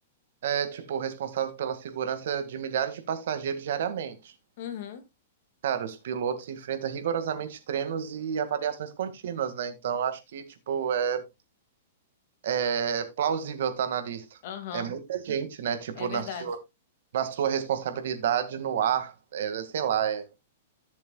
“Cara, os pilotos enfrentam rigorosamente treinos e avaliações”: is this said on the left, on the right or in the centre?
Right